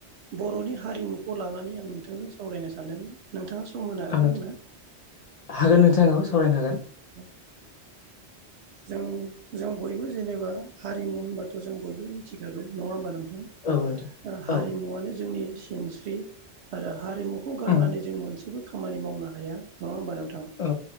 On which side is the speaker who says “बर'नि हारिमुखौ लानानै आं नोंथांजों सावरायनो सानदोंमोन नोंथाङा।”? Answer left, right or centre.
Right